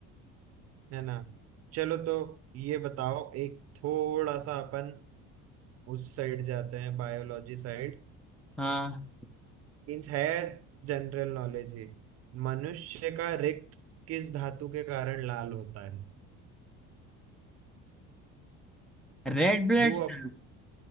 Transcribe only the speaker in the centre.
हाँ
Red blood
cells